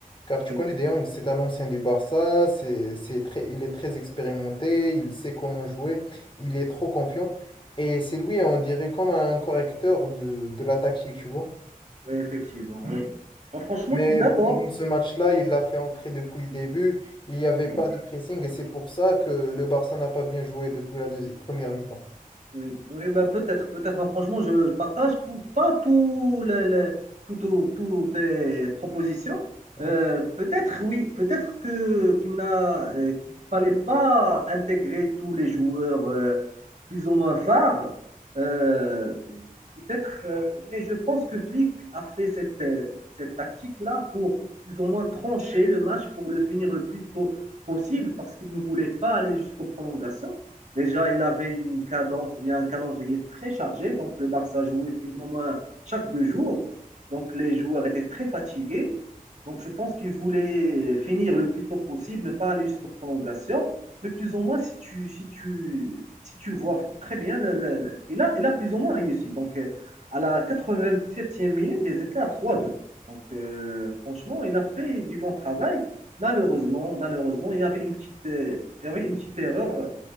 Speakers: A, on the left; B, on the right.
A: car tu
B: oui,
A: connais De Jong, c'est un ancien du Barça, c'est, c'est très, il est très expérimenté, il sait comment jouer, il est trop confiant. Et c'est lui, on dirait, comme un correcteur de, de la tactique, tu vois.
B: oui, effectivement, oui. Bon, franchement,
A: Mais
B: je suis d'accord.
A: pendant ce match-là, il l'a fait entrer depuis le début, il n'y avait
B: Oui.
A: pas de pressing, et c'est pour ça que le Barça n'a pas bien joué depuis la deuxi- première mi-temps.
B: Oui, oui bah peut-être, peut-être. Mais franchement, je partage pou- pas tout le- le- tout- tout- toutes tes propositions.
A: Ouais.
B: Euh, peut-être, oui, peut-être que qu'il n'a, euh, qu'il ne fallait pas intégrer tous les joueurs euh, plus ou moins phares. Euh, peut-être, euh, mais je pense que Flick a fait cette, euh, cette tactique-là pour plus ou moins trancher le match pour le finir le plus tôt possible parce qu'il ne voulait pas aller jusqu'aux prolongations. Déjà, il avait une cadence ou bien un calendrier très chargé. Donc, le Barça jouait plus ou moins chaque deux jours. Donc, les joueurs étaient très fatigués. Donc, je pense qu'il voulait finir le plus tôt possible, ne pas aller jusqu'aux prolongations. Mais plus ou moins, si tu, si tu, si tu vois très bien, le- le- le- il a, il a plus ou moins réussi. Donc, euh, à la quatre-vingt-septième minute, ils étaient à trois deux. Donc, euh, franchement, il a fait du bon travail. Malheureusement, malheureusement, il y avait une petite, euh, il y avait une petite erreur